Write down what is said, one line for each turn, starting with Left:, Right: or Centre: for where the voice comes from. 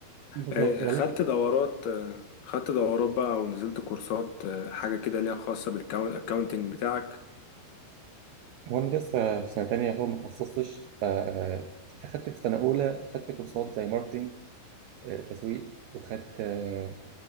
Right: بالظبط
Left: آه،
Right: ولكن
Left: خدت دورات آه، خدت دورات بقى ونزلت كورسات آه، حاجة كده ليها خاصة بالكاونتنج بتاعك
Right: هو انا لسه في سنه تانية يعتبر ما اتخصصتش ف آه، فخدت في سنه اولى خدت كورسات زي ماركتنج آه، تسويق وخدت آه،